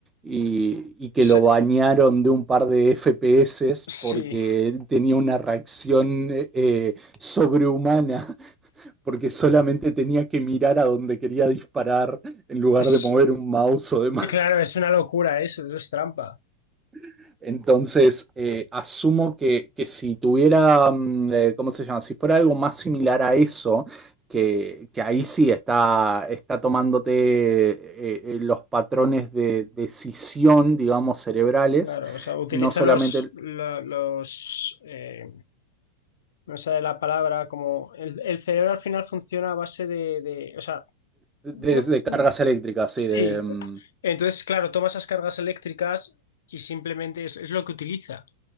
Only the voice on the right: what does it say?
Y, y que
lo bañaron de un par de FPS
porque él tenía una reacción eh, eh, sobrehumana porque solamente tenía que mirar a donde quería disparar en lugar
de mover un mouse o demás.
<laughs> Entonces, eh, asumo que, que, si tuviera, mm, eh, ¿cómo se llama? Si fuera algo más similar a eso, que, que ahí sí está, está tomándote eh, eh, los patrones de decisión, digamos, cerebrales,
no solamente
de,
de cargas
eléctricas, sí,
de... mm,